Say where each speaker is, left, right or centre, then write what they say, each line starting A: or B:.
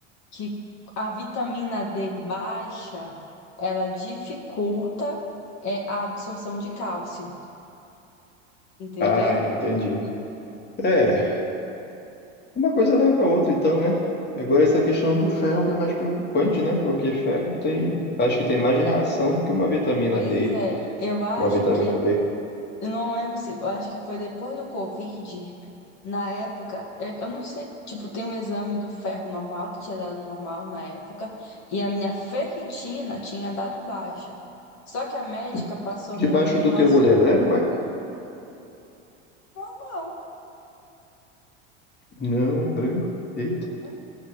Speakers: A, on the left; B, on the left.
A: que a vitamina D baixa, ela dificulta é, a absorção de cálcio, entendeu?
B: Ah, entendi. É, uma coisa leva a outra então, né? Agora essa questão do ferro que é mais preocupante, né? Porque ferro tem, acho que tem mais reação do que uma vitamina
A: Pois
B: D,
A: é, eu acho
B: uma vitamina
A: que
B: B.
A: Eu não lembro se, eu acho que foi depois do Covid, na época, é, eu não sei, tipo, tem um exame do ferro normal, que tinha dado normal na época, e a minha ferritina tinha dado baixa. Só que a médica
B: De-
A: passou
B: Debaixo
A: pra mim
B: do
A: uma
B: teu
A: assim,
B: olho é branco, é?
A: normal,
B: Não, é branco. Eita.
A: né?